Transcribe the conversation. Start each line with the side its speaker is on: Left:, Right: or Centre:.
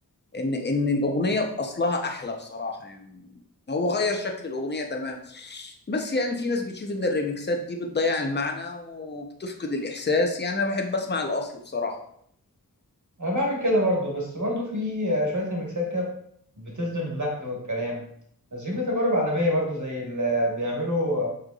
Left: ان ان الاغنيه باصلها احلى بصراحه يعني هو غير شكل الاغنيه تمام بس يعني في ناس بتشوف ان الريمكسات دي بتضيع المعنى وبتفقد الاحساس يعني انا بحب اسمع الاصل بصراحه
Right: أنا بعمل كده برضو بس برضو في شوية ريميكسات كده بتصدم اللحن والكلام بس في تجارب عالمية برضو زي اللي بيعمله